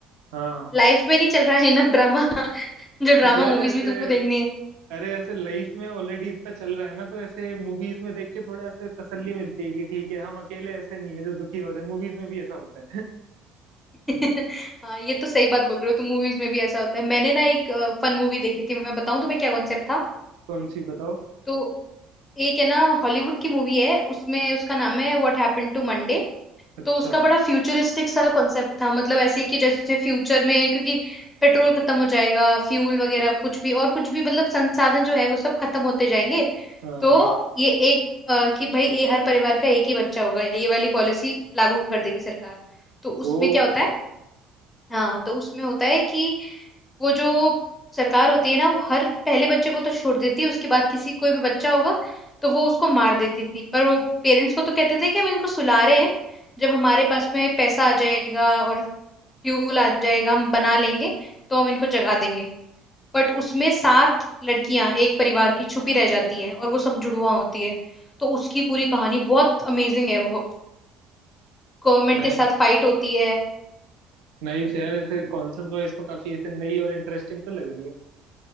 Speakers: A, on the right; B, on the left.
A: हाँ
B: लाइफ में नहीं चल रहा है इनफ ड्रामा <laughs> जो ड्रामा
A: यार
B: मूवीज
A: ऐसे
B: भी तुमको देखनी है
A: अरे ऐसे लाइफ में ऑलरेडी इतना चल रहा है ना तो ऐसे मूवीज में देख के थोड़ा ऐसे तसल्ली मिलती है कि ठीक है हम अकेले ऐसे नहीं है जो दुखी हो रहे हैं मूवीज में भी ऐसा होता है
B: <laughs> हाँ ये तो सही बात बोल रहे हो तुम मूवीज में भी ऐसा होता है मैंने ना एक फन मूवी देखी थी मैं बताऊं तुम्हें क्या कॉन्सेप्ट था
A: <laughs> कौन सी बताओ
B: तो एक है ना हॉलीवुड की मूवी है उसमें उसका नाम है व्हाट हैपन टू मंडे
A: अच्छा
B: तो उसका बड़ा फ्यूचरिस्टिक सा कॉन्सेप्ट था मतलब ऐसे कि जैसे फ्यूचर में क्योंकि पेट्रोल खत्म हो जाएगा फ्यूल वगैरह कुछ भी और कुछ भी मतलब संसाधन जो है वो सब खत्म होते जाएंगे
A: हाँ
B: तो
A: हाँ
B: ये एक अ, कि भाई ये हर परिवार का एक ही बच्चा होगा ये वाली पॉलिसी लागू कर देगी सरकार तो उसमें
A: ओ
B: क्या होता है हाँ तो उसमें होता है कि वो जो सरकार होती है ना वो हर पहले बच्चे को तो छोड़ देती है उसके बाद किसी कोई भी बच्चा होगा तो वो उसको मार देती थी पर वो पेरेंट्स को तो कहते थे कि हम इनको सुला रहे हैं जब हमारे पास में पैसा आ जाएगा और फ्यूल आ जाएगा हम बना लेंगे तो हम इनको जगा देंगे बट उसमें सात लड़कियां एक परिवार की छुपी रह जाती है और वो सब जुड़वा होती है तो उसकी पूरी कहानी बहुत अमेजिंग है वो गवर्नमेंट
A: नाइस
B: के साथ फाइट होती है
A: नाइस यार ऐसे कॉन्सेप्ट वाइज तो काफी ऐसे नई और इंटरेस्टिंग तो लग रही है